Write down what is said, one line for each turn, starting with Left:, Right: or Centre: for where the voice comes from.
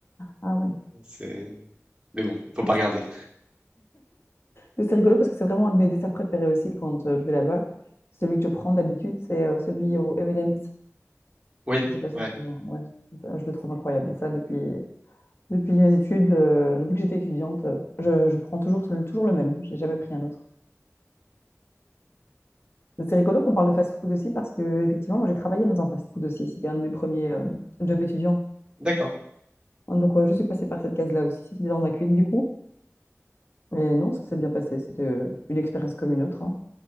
Left: Ah ouais.
Right: C'est... Mais bon, il faut
Left: Ah
Right: pas
Left: ouais.
Right: regarder.
Left: Mais C'est rigolo parce que c'est vraiment un de mes desserts préférés aussi quand euh, je vais là-bas. Celui que je prends d'habitude, c'est euh, celui au M&M's.
Right: Oui,
Left: Je sais pas si
Right: ouais,
Left: c'est... ouais, je le trouve incroyable. Ça, depuis... Depuis mes études, euh, depuis que j'étais étudiante, euh, je, je prends toujours, toujours le même. J'ai jamais pris un autre. Donc, C'est rigolo qu'on parle de fast-food aussi parce que effectivement, moi j'ai travaillé dans un fast-food aussi. C'était un de mes premiers euh, jobs étudiants.
Right: d'accord.
Left: Donc euh, je suis passée par cette case-là aussi. C'était dans un quick du coup. Mais non, ça s'est bien passé. C'était euh, une expérience comme une autre. hein.